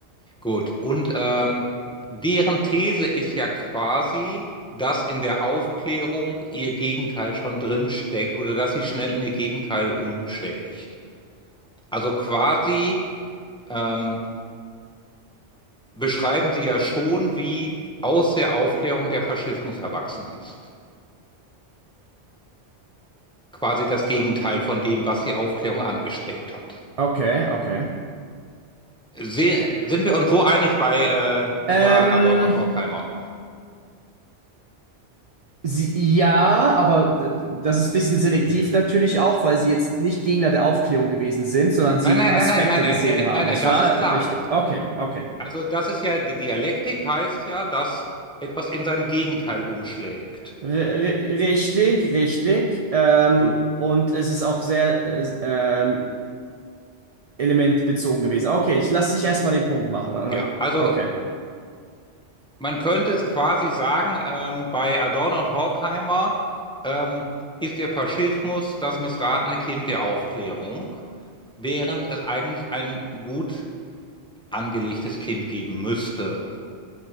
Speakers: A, in the centre; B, on the right (about 55°).
A: gut. Und ähm, deren These ist ja quasi, dass in der Aufklärung ihr Gegenteil schon drin steckt oder dass sie schnell in ihr Gegenteil umschlägt. Also quasi ähm, beschreiben sie ja schon, wie aus der Aufklärung der Faschismus erwachsen ist. Quasi das Gegenteil von dem, was die Aufklärung angestrebt hat.
B: Okay, okay.
A: Se sind wir uns so einig bei äh, über
B: Ähm,
A: Adorno und Horkheimer?
B: sie, ja, aber d- das ist ein bisschen selektiv natürlich auch, weil sie jetzt nicht Gegner der Aufklärung gewesen sind, sondern sie
A: Nein, nein,
B: Aspekte
A: nein, nein, nein, nein,
B: gesehen
A: äh,
B: haben,
A: nein,
B: nicht
A: nein, das
B: wahr?
A: ist klar.
B: Richtig. Okay, okay.
A: Also das ist ja, die Dialektik heißt ja, dass etwas in sein Gegenteil umschlägt.
B: R r- richtig, richtig. Ähm,
A: So.
B: und es ist auch sehr, äh, ähm, Element bezogen gewesen. Okay, ich lasse dich erstmal den Punkt machen. dann-
A: Ja,
B: dann-
A: also
B: Okay.
A: man könnte es quasi sagen, ähm, bei Adorno und Horkheimer ähm, ist der Faschismus das missratene Kind der Aufklärung, während es eigentlich ein gut angelegtes Kind geben müsste.